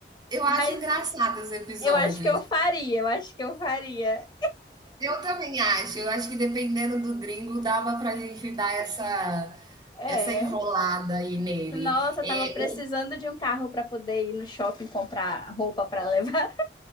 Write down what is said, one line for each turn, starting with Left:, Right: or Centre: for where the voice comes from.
Right: eu acho
Left: mas
Right: engraçado os episódios.
Left: eu acho que eu faria, eu acho que eu faria.
Right: Eu também acho, eu acho que dependendo do gringo dava pra gente dar essa,
Left: É.
Right: essa enrolada aí nele.
Left: Nossa, tava
Right: É,
Left: precisando de um carro para poder ir no shopping comprar roupa para levar.